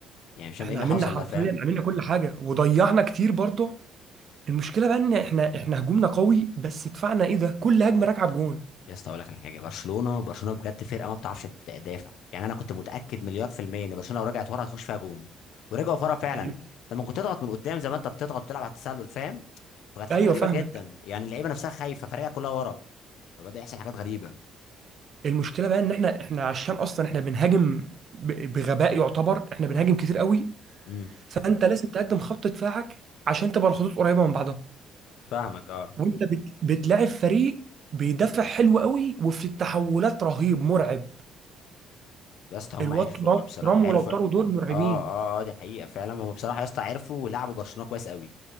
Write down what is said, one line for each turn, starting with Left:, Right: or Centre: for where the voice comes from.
Left: يعني مش فاهم
Right: احنا
Left: ايه اللي
Right: عملنا
Left: حصل
Right: حرفيا
Left: ده فاهم
Right: عملنا كل حاجه وضيعنا كتير برضه المشكله بقى ان احنا احنا هجومنا قوي بس دفاعنا ايه ده كل هجمه راكعه بجون
Left: يا اسطى اقول لك على حاجه برشلونه برشلونه بجد فرقه ما بتعرفش تدافع يعني انا كنت متاكد مليار في الميه ان برشلونه لو رجعت ورا هتخش فيها جون ورجعوا ورا فعلا
Right: يعني-
Left: انت ممكن تضغط من قدام زي ما انت بتضغط بتلعب على التسلل فاهم فكانت حاجه
Right: ايوه
Left: غريبه
Right: فاهمك
Left: جدا يعني اللعيبه نفسها خايفه فريقها كلها ورا فبدا يحصل حاجات غريبه
Right: المشكله بقى ان احنا احنا عشان اصلا احنا بنهاجم ب- بغباء يعتبر احنا بنهاجم كتير قوي
Left: امم
Right: فانت لازم تقدم خط دفاعك عشان تبقى الخطوط قريبه من بعضها
Left: فاهمك اه
Right: وانت بت... بتلاعب فريق بيدافع حلو قوي وفي التحولات رهيب مرعب
Left: يا اسطى هم
Right: الواد
Left: عرفوا
Right: ترام
Left: بصراحه
Right: ترام
Left: عرفوا
Right: ولو طاروا
Left: اه
Right: دول مرعبين
Left: اه اه دي حقيقه فعلا هم بصراحه يا اسطى عرفوا يلعبوا برشلونه كويس قوي